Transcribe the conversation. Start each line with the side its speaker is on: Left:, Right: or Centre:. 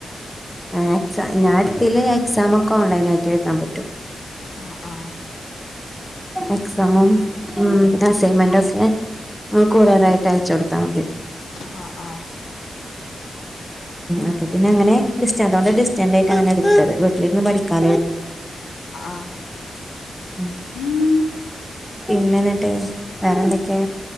Centre: ആ എക്സാം ഞാൻ ഇതിലെ എക്സാം ഒക്കെ ഓൺലൈൻ ആയിട്ട് എഴുതാൻ പറ്റും
Left: ആ ആ
Centre: എക്സാമും ഉം പിന്നെ അസൈൻമെന്റ് ഒക്കെ കൊറിയറായിട്ട് അയച്ച് കൊടുത്താ മതി
Left: ആഹ് ആഹ്
Centre: അപ്പൊ പിന്നെ അങ്ങനെ ഡിസ്റ്റൻറ് ഉള്ളണ്ട് ഡിസ്റ്റൻറ് ആയിട്ടാണു എടുത്തത് വീട്ടിൽരുന്ന് പഠിക്കാ
Left: ആഹ്
Centre: ഉം
Left: ഉം
Centre: പിന്നെ എന്നിട്ട് വേറെന്തൊക്കെയ